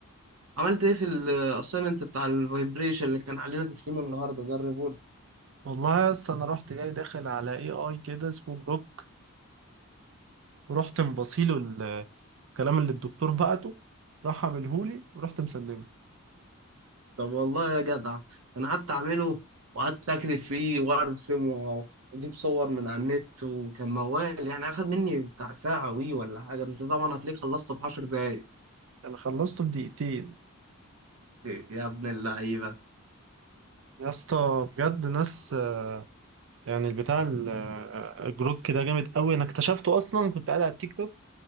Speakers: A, on the right; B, on the right.
A: عملت ايه في الاسايمنت بتاع الفايبريشن اللي كان علينا تسليمه النهارده ده الريبورت
B: والله يا اسطى انا رحت جاي داخل على اي اي كده اسمه بروك ورحت مبصيله ال- الكلام اللي الدكتور بعته راح عملهولي ورحت مسلمه
A: طب والله يا جدع انا قعدت اعمله وقعدت اكتب فيه وارسم و- واجيب صور من على النت وكان موال يعني اخد مني بتاع ساعه وي ولا حاجه انت طبعا هتلاقيه خلصته في 10 دقايق
B: انا خلصته في دقيقتين
A: يا ابن اللعيبه
B: يا اسطى بجد ناس آه، يعني البتاع ال- آه، الجروك ده جامد قوي انا اكتشفته اصلا كنت قاعد على التيك توك